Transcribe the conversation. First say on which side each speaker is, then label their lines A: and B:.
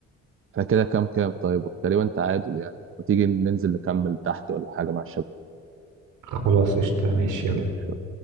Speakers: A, on the right (about 45°); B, on the right (about 85°).
A: احنا كده كام كام طيب تقريبا تعادل يعني ما تيجي ننزل نكمل تحت ولا حاجة مع
B: خلاص قشطة ماشي
A: الشباب
B: يلا